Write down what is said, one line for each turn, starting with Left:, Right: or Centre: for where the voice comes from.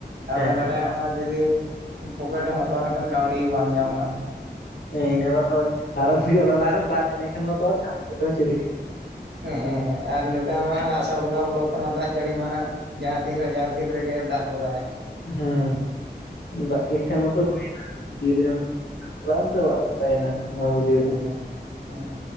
Right: ᱟᱫᱚ
Left: ᱦᱮᱸ
Right: ᱱᱚᱰᱮ ᱦᱟᱸᱜ ᱮᱸ ᱡᱩᱫᱤ ᱯᱚᱠᱮᱴ ᱮᱢ ᱦᱟᱛᱣᱟ ᱞᱮᱠᱷᱟᱱ ᱠᱟᱹᱣᱰᱤ ᱵᱟᱝ ᱧᱟᱢᱚᱜᱼᱟ᱾
Left: ᱦᱮᱸ ᱤᱱᱟᱹ ᱢᱟᱛᱚᱭ ᱟᱨ ᱦᱚᱸᱢ ᱦᱩᱭᱩᱜᱼᱟ ᱚᱱᱟ ᱞᱟᱦᱟ ᱨᱮ ᱫᱟᱜ ᱤᱱᱟᱹ ᱠᱷᱟᱱ ᱢᱟᱛᱚ ᱟᱨ <unintelligible> ᱪᱮᱫ ᱦᱩᱭᱩᱜ᱾
Right: ᱦᱮᱸ ᱦᱮᱸ ᱦᱮᱸ ᱟᱨ ᱱᱮᱛᱟᱨ ᱢᱟ ᱦᱟᱸᱜ ᱟᱥᱟᱲ ᱵᱚᱸᱜᱟ ᱵᱚᱞᱚ ᱠᱟᱱᱟ ᱫᱟᱜ ᱡᱟᱹᱲᱤ ᱢᱟ ᱦᱟᱸᱜ ᱡᱟᱦᱟᱸ ᱛᱤᱱ ᱨᱮ ᱡᱟᱦᱟᱸ ᱛᱤᱱ ᱨᱮᱜᱮ ᱫᱟᱜ ᱜᱚᱫᱟᱭ ᱦᱟᱸᱜ᱾
Left: ᱦᱩᱸ ᱫᱟᱜ ᱜᱮ ᱠᱷᱟᱱ ᱢᱟᱛᱚ ᱦᱩᱭ ᱮᱱᱟ <unintelligible> ᱪᱟᱞᱟᱜ ᱟᱢ ᱵᱟᱝ ᱟᱫᱚ? ᱛᱟᱦᱮᱸᱱᱟ ᱢᱟ ᱵᱩᱡᱷᱟᱹᱣ
Right: ᱦᱮᱸ
Left: ᱢᱮ
Right: ᱦᱮᱸ ᱦᱮᱸ